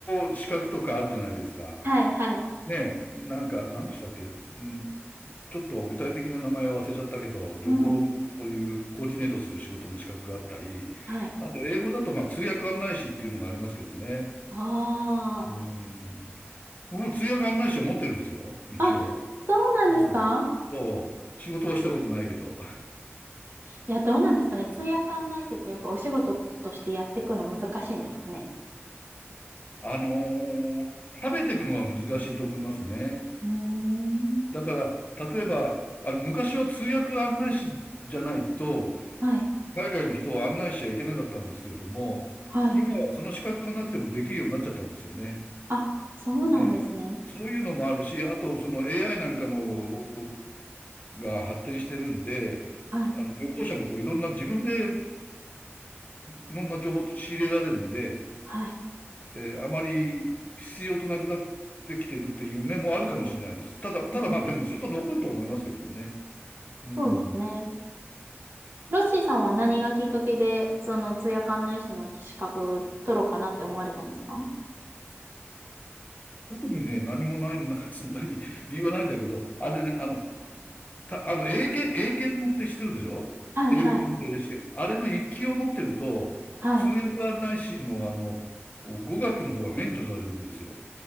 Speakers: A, on the left (about 35°); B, on the right (about 50°).
A: の資格とかあるじゃないですか。
B: はい、はい、
A: ねえ、なんか、なんでしたっけ、んちょっと具体的な名前は忘れちゃったけど、旅行のそういうコーディネートする仕事の資格があったり、
B: うん、はい。
A: あと英語だとまあ通訳案内士っていうのがありますけどね。
B: あ
A: うん。僕も通訳案内士は持ってるんですよ、一応。
B: あ、あ、そうなんですか
A: うん。そう、仕事はしたことないけど。
B: いや、どうなんですかね。通訳案内士ってやっぱお仕事としてやっていくの難しいんですかね。
A: あのー食べていくのは難しいと思いますね。
B: うーん。
A: だから、例えば、あの、昔は通訳案内士じゃないと、
B: はい、
A: 海外の人を案内しちゃいけなかったんですけれども、
B: はい。
A: 今はその資格がなくてもできるようになっちゃったんですよね。
B: あ、そうなんですね。
A: ええ、そういうのもあるし、あとその AI なんかのおが発展してるんで、
B: はい、
A: あの旅行者もこういろんな自分でいろんな情報を仕入れられるんで、
B: はい。
A: えーあまり必要となくなってきてるっていう面もあるかもしれないです。ただ、ただまあでもずっと残るとは思いますけどもね。
B: うん
A: うん。
B: そうですね。ロッシーさんは何がきっかけで、その通訳案内士の資格取ろうかなって思われたんですか
A: 特にね、何もない、<laughs> な、そんなに理由はないんだけど、あれね、あの、た、あの、英検、英検のって知ってるでしょ英語検定で試験。
B: はい、はい、
A: あれの一級を持ってると、
B: はい。
A: 通訳案内士の、あの、語学の方は免除されるんですよ。